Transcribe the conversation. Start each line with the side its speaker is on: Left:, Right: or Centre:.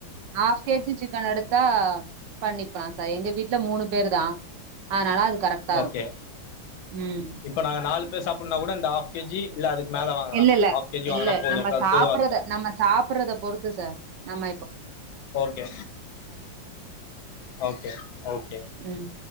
Right: ஹாஃ கேஜி சிக்கன் எடுத்தா பண்ணிப்பலாம் சார் எங்க வீட்டு மூணு பேர் தான் அதனால அது கரெக்ட்டா
Left: ஓகே
Right: இருக்கும். ம்.
Left: இப்ப நாங்க நாலு சாப்பிடனா கூட இந்த ஆஃப் கேஜி இல்ல அதுக்கு மேல வாங்கலாமா
Right: இல்ல இல்ல
Left: ஹாஃப் கேஜி வாங்குனா
Right: இல்ல
Left: போதும்
Right: நம்ம
Left: அது
Right: சாப்பறத
Left: போதுவா இருக்கும்
Right: நம்ம சாப்பிடுறத பொறுத்து சார் நாம்ப
Left: ஓகே ஓகே ஓகே
Right: ம்.